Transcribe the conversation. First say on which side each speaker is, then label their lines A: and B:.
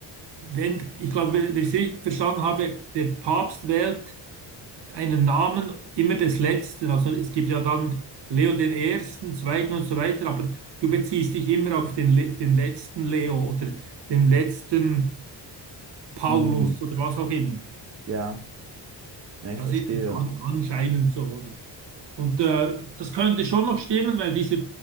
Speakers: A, on the right; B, on the right.
A: wenn, ich glaube, wenn ich es richtig verstanden habe, der Papst wählt einen Namen immer des Letzten. Also es gibt ja dann Leo den Ersten, Zweiten und so weiter, aber du beziehst dich immer auf den, Le- den letzten Leo oder den letzten Paulus
B: Mm,
A: oder was auch immer.
B: ja, ja, ich
A: Das
B: verstehe.
A: ist an, anscheinend so, oder? Und äh, das könnte schon noch stimmen, weil dieser,